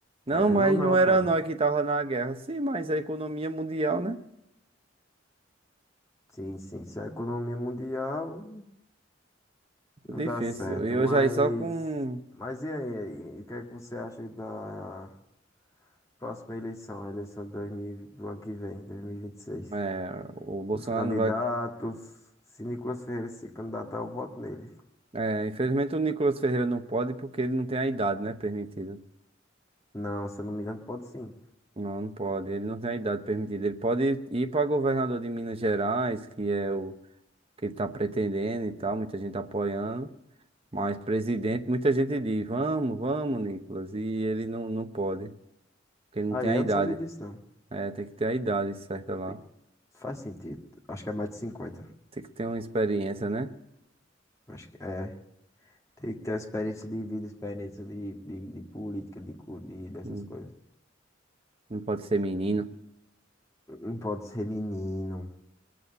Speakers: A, on the right; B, on the left.
A: Não,
B: Querendo
A: mas
B: ou não,
A: não era
B: cara.
A: nós que tava na guerra. Sim, mas a economia mundial, né?
B: Sim, sim, se a economia mundial
A: Difícil.
B: não dá certo,
A: E
B: mas.
A: hoje aí só com.
B: Mas e aí? E o que é que você acha da próxima eleição, a eleição de 2000 do ano que vem, dois mil e e vinte e seis
A: é, o Bolsonaro
B: os candidatos.
A: não vai.
B: Se Nicolas Ferreira se candidatar, eu voto nele.
A: é, infelizmente o Nicolas Ferreira não pode porque ele não tem a idade, né? Permitida.
B: Não, se eu não me engano, pode sim.
A: Não, não pode. Ele não tem a idade permitida. Ele pode ir para governador de Minas Gerais, que é o que ele está pretendendo e tal. Muita gente apoiando. Mas presidente, muita gente diz: vamos, vamos, Nicolas. E ele não, não pode, porque ele não
B: Aí,
A: tem a
B: eu
A: idade.
B: não sabia disso, não.
A: É, tem que ter a idade certa lá.
B: Tem- Faz sentido. Acho que é mais de cinquenta
A: Tem que ter uma experiência, né?
B: Acho que é. Tem que ter experiência de vida, experiência de, de, de política, de, cu- de dessas
A: Não
B: coisas.
A: não pode ser menino.
B: Não pode ser menino.